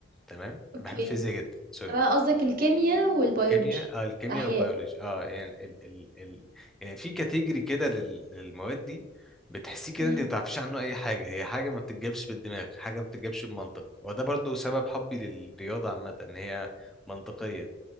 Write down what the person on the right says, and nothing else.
اوكي
انت
بقى قصدك الكيمياء والبيولوجي
الأحياء
مم.